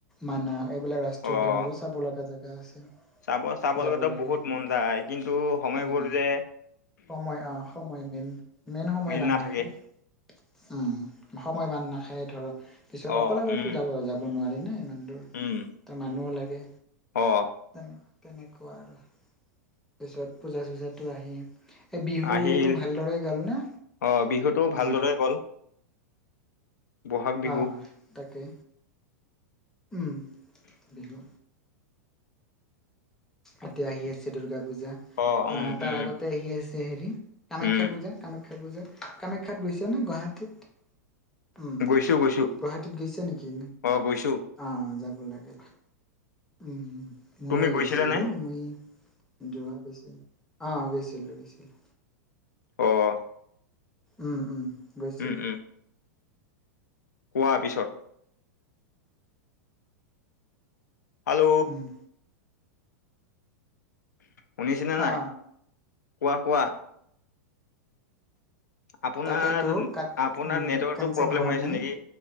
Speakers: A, in the centre; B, on the left (about 85°).
A: মানাস এইবিলাক ৰাষ্ট্ৰীয়
B: অ
A: উদ্যান বোৰো চাব লাগা জেগা আছে।
B: চাব চাব
A: যাব
B: লগাটো
A: লাগে
B: বহুত মন যায় কিন্তু সময়বোৰ
A: উম
B: যে
A: সময় অ' সময় মেইন, মেইন সময়
B: মিল
A: বান
B: নাথাকে
A: নাখায়। উম', সময় বান নাখায় ধৰক পিছত
B: অ
A: অকলে অকলেটো
B: উম
A: যাব যাব নোৱাৰি না ইমান দূৰ।
B: উম।
A: ত মানুহও লাগে।
B: অহ।
A: তেনে তেনেকুৱা আৰু। পিছত পূজা চূজাটো আহি এই বিহুটো
B: আহিল
A: ভালদৰে গল না?
B: অ বিহুতো ভালদৰে
A: উম।
B: গ'ল বহাগ বিহু
A: অহ তাকে, উম। বিহু এতিয়া আহি আছে দূৰ্গা পূজা
B: অ উম
A: আহ তাৰ
B: উম
A: আগতে আহি আ ছে হেৰি কামাখ্যা
B: উম
A: পূজা কামাখ্যা পূজা কামাখ্যাত গৈছা নে গুৱাহাটীত? উম,
B: গৈছো গৈছো
A: গুৱাহাটীত গৈছা নেকি?
B: অ গৈছো
A: অ' যাব লাগে ভাল। উম উম। মইয়ো
B: তুমি গৈছিলা
A: গৈছিলো
B: নে
A: মই যোৱা বছৰ, অ' গৈছিলো গৈছিলো।
B: অহ
A: উম উম গৈছিলো।
B: উম উম কোৱা পিছত? হেল্ল!
A: উম।
B: শুনিছেনে নাই?
A: অ
B: কোৱা কোৱা? আপোনাৰ
A: তাকেতো কাত
B: আপোনাৰ
A: উম
B: নেটৱৰ্কটো
A: কেনচেল
B: প্ৰব্লেম
A: হোৱা
B: হৈ আছে
A: নাই
B: নেকি?